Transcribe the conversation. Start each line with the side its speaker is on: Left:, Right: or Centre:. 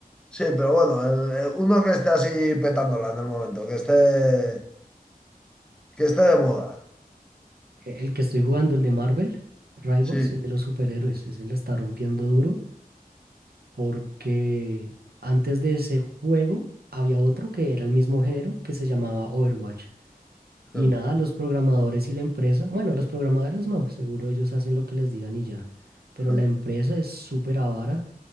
Centre: Sí, pero bueno, el- el- uno que esté así petándola en el momento, que esté, que esté de moda.
Right: e-, El que estoy jugando, el de Marvel, Rivals,
Centre: Sí.
Right: el de los superhéroes, ese la está rompiendo duro porque antes de ese juego había otro que era el mismo género que se llamaba Overwatch. Y
Centre: <laughs>
Right: nada, los programadores y la empresa, bueno, los programadores no, seguro ellos hacen lo que les digan y ya, pero
Centre: Sí,
Right: la empresa es súper avara